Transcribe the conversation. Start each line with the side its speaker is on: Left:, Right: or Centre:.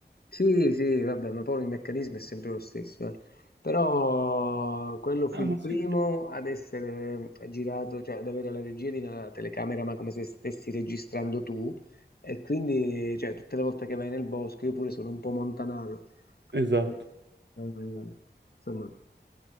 Left: Sì, sì, vabbè, ma poi il meccanismo è sempre lo stesso. eh. Però quello fu
Right: Ah,
Left: il
Right: ma sai
Left: primo
Right: che...
Left: ad essere girato, cioè ad avere la regia di una telecamera, ma come se stessi registrando tu. E quindi, cioè, tutte le volte che vai nel bosco, io pure sono un po' montanato. Quindi,
Right: Esatto.
Left: eh, eh, insomma,